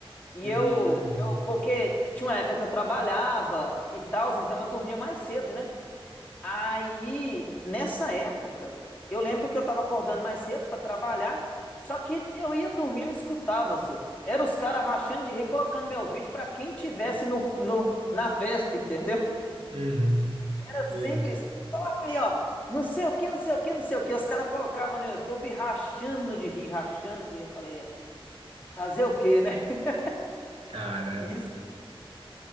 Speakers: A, on the left; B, on the right.
A: E
B: Hum,
A: eu, eu- porque tinha uma época que eu trabalhava e tal, então eu dormia mais cedo, né? Aí, nessa época, eu lembro que eu tava acordando mais cedo pra trabalhar, só que eu ia dormir, eu escutava, só. Era os caras rachando de rir, colocando meu vídeo pra quem tivesse no, no- na festa, entendeu?
B: uhum.
A: Era sempre
B: Meu Deus.
A: isso. Coloca aí, ó, não sei o que, não sei o que, não sei o que. Os caras colocavam no YouTube rachando de rir, rachando de rir. Eu falei, é, fazer o quê, né? <laughs>
B: Caramba.
A: E Isso,